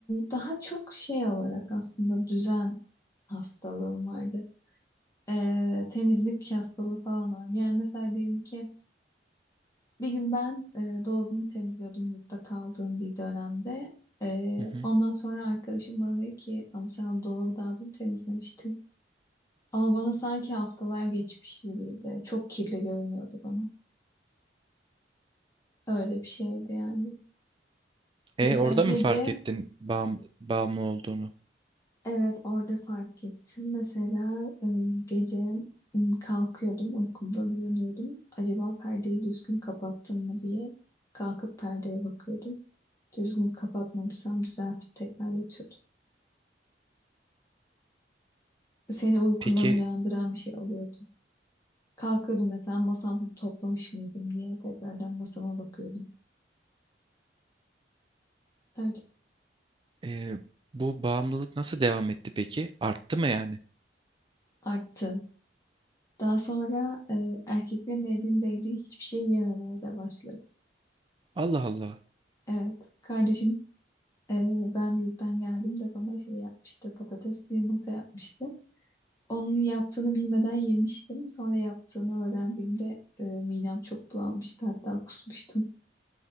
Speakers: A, on the left; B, on the right.
A: daha çok şey olarak aslında düzen hastalığım vardı. Ee, temizlik hastalığı falan var. Yani mesela diyelim ki bir gün ben e, dolabımı temizliyordum yurtta kaldığım bir dönemde. Ee,
B: Hı hı.
A: ondan sonra arkadaşım bana dedi ki ama sen dolabı daha dün temizlemiştin. Ama bana sanki haftalar geçmiş gibiydi. Çok kirli görünüyordu bana. Öyle bir şeydi yani.
B: E
A: Mesela
B: orada
A: gece
B: mı fark ettin bağım, bağımlı olduğunu?
A: Evet orada fark ettim. Mesela e, gece m, kalkıyordum uykumdan uyanıyordum. Acaba perdeyi düzgün kapattım mı diye kalkıp perdeye bakıyordum. Düzgün kapatmamışsam düzeltip tekrar yatıyordum. Seni uykundan
B: Peki
A: uyandıran bir şey oluyordu. Kalkıyordum mesela masamı toplamış mıydım diye tekrardan masama bakıyordum. Öyle
B: e, bu bağımlılık nasıl devam etti peki? Arttı mı yani?
A: arttı. Daha sonra e, erkeklerin elindeydiği hiçbir şey yememeye de başladım.
B: Allah Allah.
A: Evet kardeşim Ee, ben yurttan geldiğimde bana şey yapmıştı, patatesli yumurta yapmıştı. Onun yaptığını bilmeden yemiştim. Sonra yaptığını öğrendiğimde e, midem çok bulanmıştı, hatta kusmuştum.